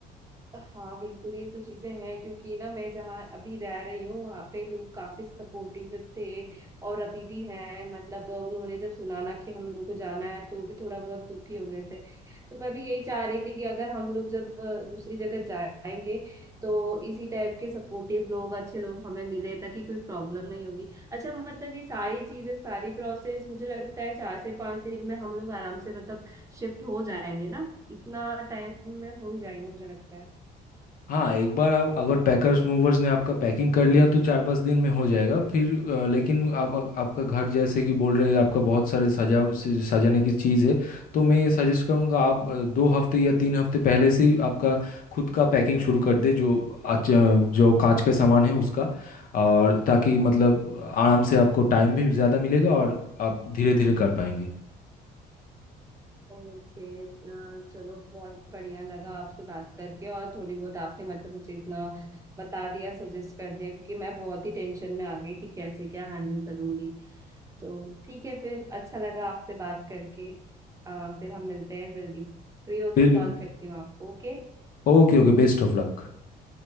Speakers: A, on the right; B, on the left.
A: हाँ बिल्कुल ये तो चीजें हैं क्योंकि ना मैं जहाँ अभी रह रही हूँ वहाँ पे लोग काफी सपोर्टिव थे और अभी भी हैं मतलब उन्होंने जब सुना ना कि हम लोग को जाना है तो भी थोड़ा बहुत दुखी हो गए थे तो मैं भी यही चाह रही थी कि अगर हम लोग जब अ, दूसरी जगह जाएंगे तो इसी टाइप के सपोर्टिव लोग अच्छे लोग हमें मिले ताकि कोई प्रॉब्लम नहीं होगी अच्छा मतलब ये सारी चीजें सारी प्रोसेस मुझे लगता है चार से पांच दिन में हम लोग आराम से मतलब शिफ्ट हो जाएंगे ना इतना टाइम में हो ही जाएंगे मुझे लगता है
B: हाँ एक बार आप अगर पैकर्स मूवर्स ने आपका पैकिंग कर लिया तो चार पांच दिन में हो जाएगा फिर अ, लेकिन आप आपका घर जैसे कि बोल रहे हैं आपका बहुत सारे सजा से- सजाने की चीज़ है तो मैं सजेस्ट करूँगा आप अ, दो हफ्ते या तीन हफ्ते पहले से ही आपका खुद का पैकिंग शुरू कर दे जो अच्छा जो कांच का सामान है उसका और ताकि मतलब आराम से आपको टाइम भी ज़्यादा मिलेगा और आप धीरे धीरे कर पाएंगे
A: ओके इतना चलो बहुत बढ़िया लगा आपसे बात करके और थोड़ी बहुत आपने मतलब मुझे इतना बता दिया सजेस्ट कर दिया क्योंकि मैं बहुत ही टेंशन में आ गई थी कैसे क्या हैंडल करूंगी तो ठीक है फिर अच्छा लगा आपसे बात करके आ, फिर हम मिलते हैं जल्दी फ्री होके
B: बिल
A: कॉल करती हूँ आपको ओके
B: Okay okay best of luck